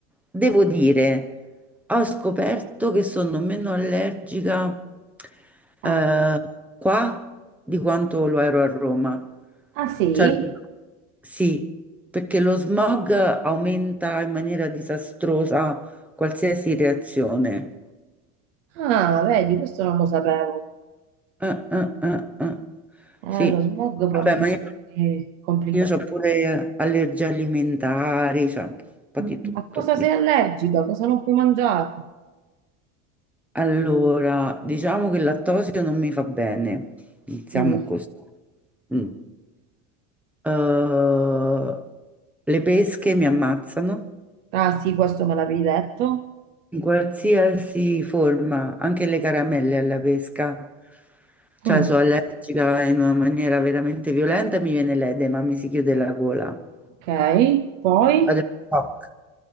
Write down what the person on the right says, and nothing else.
Eh.
Ah sì?
Ah, vedi, questo non lo sapevo.
Eh,
lo smog porta
un sacco
di complicazioni.
A cosa sei allergica? Cosa non puoi mangiare?
Mm.
Ah sì, questo me l'avevi detto.
Mm.
Ok, poi?